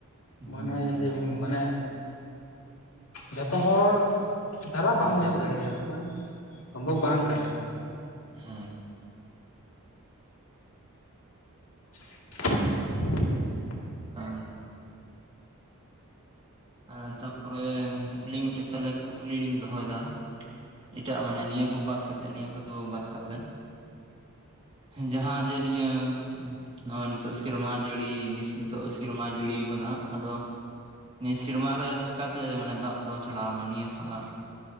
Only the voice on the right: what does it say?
ᱦᱩᱸ
ᱦᱩᱸ
ᱦᱮᱸ ᱾
<unintelligible> ᱮ ᱛᱟᱯᱚᱨᱮ ᱟᱹᱞᱤᱧ ᱢᱤᱫᱴᱮᱡ ᱛᱟᱦᱚᱞᱮ ᱠᱩᱠᱞᱤ ᱞᱤᱧ ᱫᱚᱦᱚᱭ ᱫᱟ ᱾ ᱮᱴᱟᱜ ᱢᱟᱱᱮ ᱱᱤᱭᱟᱹ ᱠᱚ ᱵᱟᱫ ᱠᱟᱛᱮ ᱱᱤᱭᱟᱹ ᱠᱚᱫᱚ ᱵᱟᱫ ᱠᱟᱜ ᱵᱮᱱ ᱾ ᱡᱟᱦᱟᱸ ᱡᱮ ᱱᱤᱭᱟᱹ ᱱᱚᱜ ᱱᱤᱛᱚᱜ ᱥᱮᱨᱢᱟ ᱡᱟᱹᱲᱤ ᱱᱤᱥ ᱱᱤᱛᱚᱜ ᱥᱮᱨᱢᱟ ᱡᱟᱹᱲᱤᱭ ᱠᱟᱫᱟ ᱟᱫᱚ ᱱᱤᱭᱟᱹ ᱥᱮᱨᱢᱟ ᱨᱮ ᱪᱤᱠᱟᱛᱮ ᱢᱟᱱᱮ ᱫᱟᱜ ᱫᱚ ᱪᱟᱞᱟᱣᱱᱟ ᱱᱤᱭᱟᱹ ᱛᱷᱚᱲᱟ